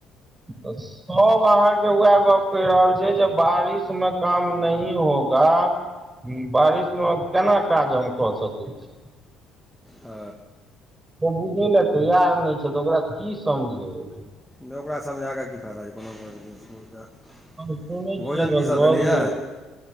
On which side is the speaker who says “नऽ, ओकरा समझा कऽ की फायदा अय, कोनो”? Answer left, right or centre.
Centre